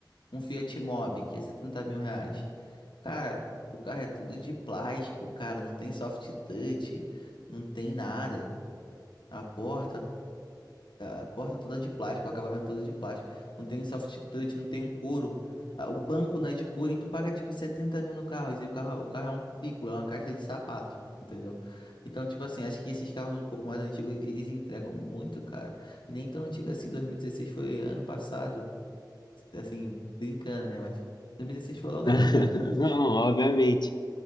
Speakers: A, on the left; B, on the left.
A: Um Fiat Mobi, que é setenta mil reais. Cara, o carro é tudo de plástico, cara. Não tem soft touch, não tem nada. A porta, a porta toda de plástico, o acabamento todo de plástico. Não tem soft touch, não tem um couro. Ah, O banco não é de couro e tu paga tipo 70 mil no carro. E o carro, o carro é um cubículo, é uma caixa de sapato. Entendeu? Então, tipo assim, acho que esses carros um pouco mais antigos, eles entregam muito, cara. E nem tão antigo assim, 2016 foi ano passado assim, brincando, né? Mas 2016 foi logo
B: <laughs>
A: ali, cara.
B: Não, obviamente.